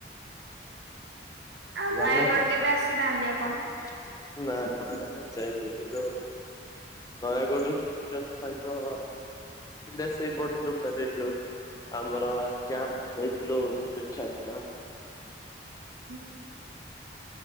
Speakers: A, on the right (about 70°); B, on the left (about 20°).
A: ଆଉ
B: ଜାଣିନାହାଁନ୍ତି?
A: ନୟାଗଡ କେବେ ଆସିନାହାନ୍ତି ଆପଣ?
B: <unintelligible> କିନ୍ତୁ ନୟାଗଡରୁ କେତଜଣ ସାଙ୍ଗ ପିଲା ସେଇପଟ ଲୋକାଲିଟି ରୁ। ଆମର କ୍ୟାମ୍ପ ହେଇଥିଲୁ ଦେଖା ହେଇଥିଲା।
A: ହୁଁ